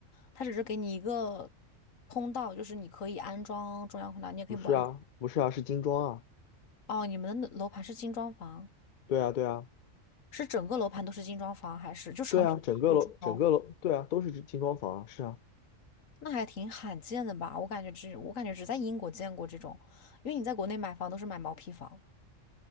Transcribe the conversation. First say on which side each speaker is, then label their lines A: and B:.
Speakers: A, on the left; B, on the left.
A: 它只是给你一个通道，就是你可以安装中央空调，你也可以不安装。
B: 不是啊，不是啊，是精装啊。
A: 哦，你们的楼盘是精装房，
B: 对啊，对啊，
A: 是整个楼盘都是精装房，还是就成品入住楼？
B: 对啊，整个楼整个楼对啊都是精装房啊，是啊。
A: 那还挺罕见的吧？我感觉只我感觉只在英国见过这种，因为你在国内买房都是买毛坯房。